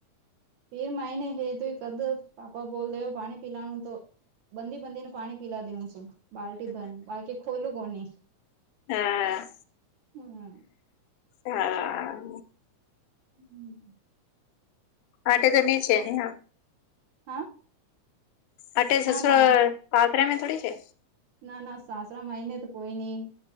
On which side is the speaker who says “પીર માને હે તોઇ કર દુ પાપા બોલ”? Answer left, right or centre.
Right